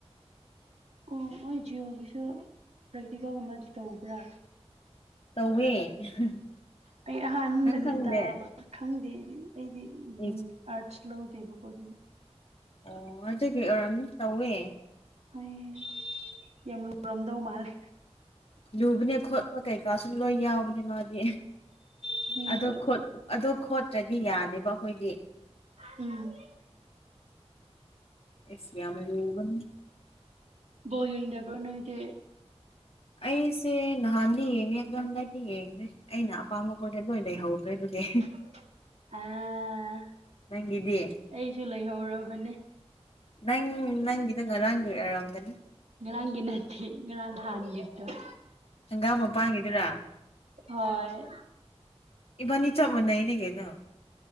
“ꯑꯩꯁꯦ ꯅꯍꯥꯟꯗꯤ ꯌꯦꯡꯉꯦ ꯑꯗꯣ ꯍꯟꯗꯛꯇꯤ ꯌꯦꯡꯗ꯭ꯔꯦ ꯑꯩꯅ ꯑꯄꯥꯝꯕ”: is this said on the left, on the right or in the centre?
Left